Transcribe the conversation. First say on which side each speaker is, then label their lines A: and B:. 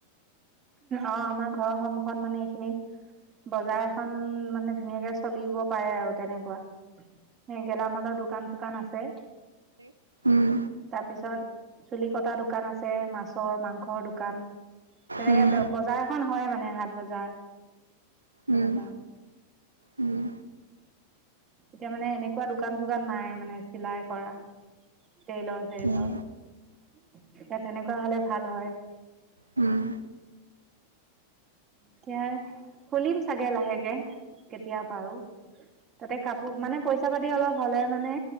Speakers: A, on the right; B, on the right.
A: অ আমাৰ ঘৰৰ সন্মুখত। অ মানে এইখিনিত বজাৰ এখন মানে ধুনীয়াকে চলিব পাৰে। আৰু তেনেকুৱা এ গেলামালৰ দোকান চোকান আছে।
B: উম
A: তাৰপিছত। চুলি কটা দোকান আছে, মাছৰ, মাংস। মাংসৰ দোকান তেনেকে
B: উম
A: বজাৰ এখন হয় মানে। হাট বজাৰ। তেনেকুৱা।
B: উম উম।
A: এতিয়া মানে এনেকুৱা দোকান চোকান নাই মানে চিলাই কৰা। ট্ৰেইলাৰ চেলাৰ।
B: উম
A: অ তেনেকুৱা হ'লে ভাল হয়।
B: উম।
A: এতিয়াই, খুলিম চাগে লাহেকে। কেতিয়া পাৰোঁ। তাতে কাপোৰ মানে পইচা পাতি অলপ হ'লে মানে